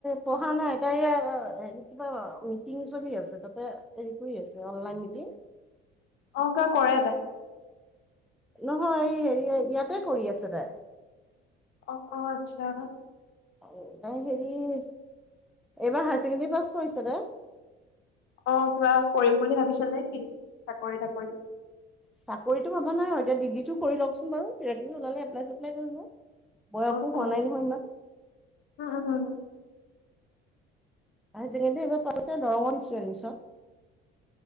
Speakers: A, in the centre; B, on the left.
A: পঢ়া নাই এটাই <unintelligible> কিবা মিটিং চলি আছে তাতে হেৰি কৰি আছে অনলাইন মিটিং।
B: অ কয় কৰে তাই।
A: নহয় এই হেৰিয় ইয়াতে কৰি আছে তাই।
B: অ'হ, অ'হ আচ্ছা।
A: আৰু তাই হেৰি এইবাৰ হায়াৰ ছেকেণ্ডৰী পাছ কৰিছে দে।
B: অ কিবা কৰিম বুলি ভাবিছ নেকি? চাকৰি তাকৰি।
A: চাকৰিতটো ভাবা নাই, এতিয়া ডিগ্ৰীটো কৰি লওকচোন বাৰু কিবা কিবি ওলালে এপলাই চেপলাই কৰিব। বয়সো
B: অ
A: হোৱা
B: অ
A: নাই নহয় ইমান।
B: উম, উম, উম।
A: আজিকালি এইবাৰ পাছ হৈছে দৰঙত দিছে এডমিশ্যন।